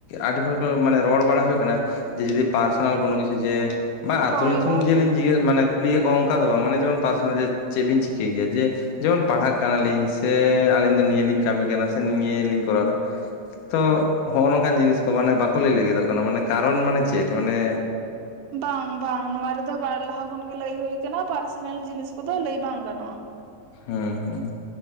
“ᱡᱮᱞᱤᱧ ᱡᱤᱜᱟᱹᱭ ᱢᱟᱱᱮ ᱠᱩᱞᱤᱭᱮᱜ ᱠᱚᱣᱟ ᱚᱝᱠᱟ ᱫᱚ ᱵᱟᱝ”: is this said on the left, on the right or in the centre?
Left